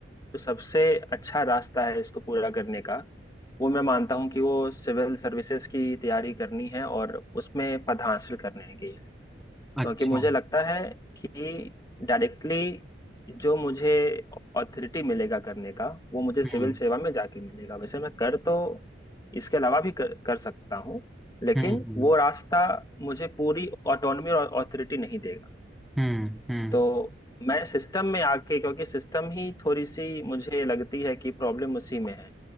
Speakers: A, on the left; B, in the centre.
A: जो सबसे अच्छा रास्ता है इसको पूरा करने का वो मैं मानता हूँ कि वो सिविल सर्विसेज की तैयारी करनी है और उसमें पद हासिल करने की है क्योंकि
B: अच्छा
A: मुझे लगता है कि डायरेक्टली जो मुझे ऑथोरिटी मिलेगा करने का वो मुझे सिविल
B: हम्म
A: सेवा में जाके मिलेगा वैसे मैं कर तो इसके अलावा भी कर, कर सकता हूँ लेकिन
B: हम्म हम्म
A: वो रास्ता मुझे पूरी ऑटोनॉमी और ऑथोरिटी नहीं देगा
B: हम्म हम्म।
A: तो मैं सिस्टम में आके क्योंकि सिस्टम ही थोड़ी सी मुझे लगती है कि प्रॉब्लम उसी में है